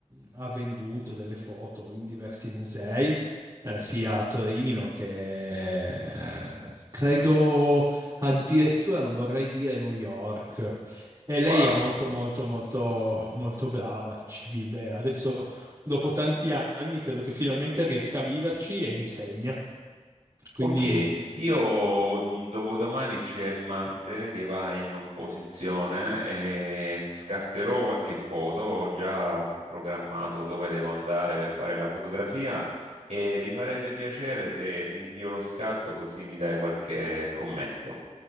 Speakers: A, on the right; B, on the right.
A: ha venduto delle foto in diversi musei, eh, sia a Torino che eh, credo addirittura non vorrei dire New York. E lei
B: wow,
A: è molto, molto, molto, molto brava, ci vive. Adesso, dopo tanti anni, credo che finalmente riesca a viverci e insegna. Quindi,
B: ok. Io mh, dopodomani c'è Marte che va in opposizione e scatterò qualche foto, ho già programmato dove devo andare per fare la fotografia e mi farebbe piacere se ti invio lo scatto così mi dai qualche commento.